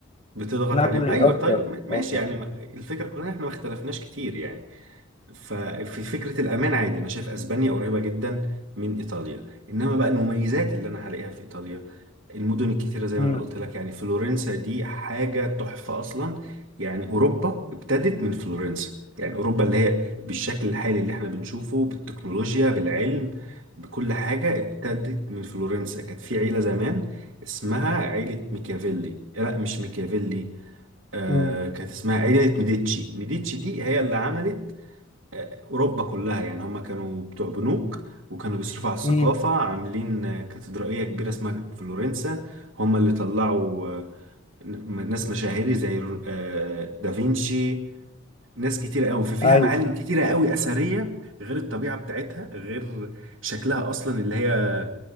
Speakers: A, on the right (about 60°); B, on the left (about 30°).
A: بتضغط
B: نابولي
A: عليهم ايوه
B: اكتر
A: طيب م-
B: برضه
A: ماشي يعني ما- الفكرة كلها إن احنا ما اختلفناش كتير يعني ففي فكرة الأمان عادي أنا شايف أسبانيا قريبة جدا من إيطاليا إنما بقى المميزات اللي أنا هلاقيها في إيطاليا المدن الكتيرة زي ما
B: امم
A: أنا قلت لك يعني فلورنسا دي حاجة تحفة أصلا يعني أوروبا ابتدت من فلورنسا يعني أوروبا اللي هي بالشكل الحالي اللي احنا بنشوفه بالتكنولوجيا بالعلم بكل حاجة ابتدت من فلورنسا كانت في عيلة زمان اسمها عيلة ميكافيلي لا مش ميكافيلي آه
B: مم.
A: كانت اسمها عيلة ميديتشي ميديتشي دي هي اللي عملت اوروبا كلها يعني هم كانوا بتوع بنوك وكانوا بيصرفوا على الثقافه
B: امم
A: عاملين آه، كاتدرائيه كبيره اسمها فلورنسا هم اللي طلعوا آه، ن- ناس مشاهير زي رو- آه، دافينشي ناس كتيرة قوي ففيها
B: ايوه
A: معالم كتيرة قوي أثرية غير الطبيعة بتاعتها غير شكلها أصلا اللي هي